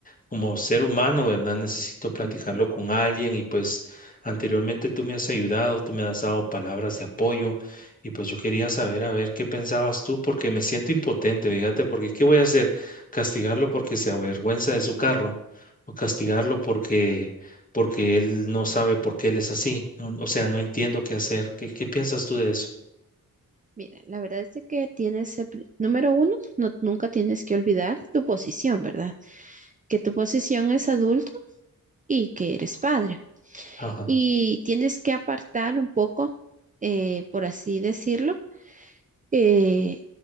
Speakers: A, on the left; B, on the right.
A: Como ser humano, ¿verdad? Necesito platicarlo
B: ujú.
A: con alguien y pues Anteriormente tú me has ayudado, tú me has dado palabras de apoyo y pues yo quería saber a ver qué pensabas tú porque me siento impotente, fíjate, porque ¿qué voy a hacer? ¿Castigarlo porque se avergüenza de su carro o castigarlo porque porque él no sabe por qué él es así? No, o sea, no entiendo qué hacer. ¿Qué, qué piensas tú de eso?
B: Mira, la verdad es de que tienes, el pri- número uno, no, nunca tienes que olvidar tu posición, ¿verdad? Que tu posición es adulto y que eres padre.
A: Ajá.
B: Y tienes que apartar un poco, eh, por así decirlo, eh,